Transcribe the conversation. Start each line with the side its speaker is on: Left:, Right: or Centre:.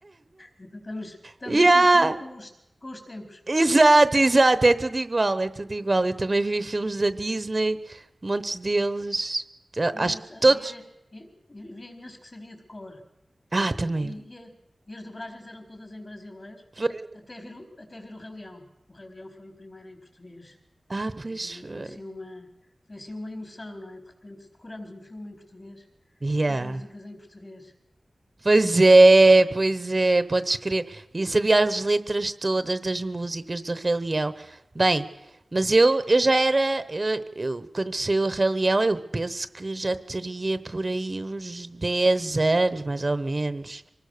Left: Então estamos, estamos
Right: Yeah!
Left: em sintonia com os, com os tempos.
Right: Exato, exato, é tudo igual, é tudo igual. Eu também vi filmes da Disney, montes deles. Ah,
Left: E
Right: Acho
Left: eu
Right: que
Left: sabia,
Right: todos.
Left: e- e havia imenso que sabia de cor.
Right: Ah,
Left: E,
Right: também.
Left: e,
Right: eu.
Left: e, e as dobragens eram todas em brasileiro,
Right: Pois-
Left: até vir, o- até vir o Rei Leão. O Rei Leão foi o primeiro em português.
Right: Ah, pois.
Left: E também
Right: eh,
Left: foi assim uma, foi assim uma emoção, não é? De repente decoramos um filme em português,
Right: Yeah.
Left: com as músicas em português.
Right: Pois
Left: Foi,
Right: é,
Left: foi giro.
Right: pois é, podes crer. E sabia as letras todas das músicas do Rei Leão. Bem, mas eu, eu já era. Eu, eu- quando saiu o Rei Leão, eu penso que já teria por aí uns 10 anos, mais ou menos.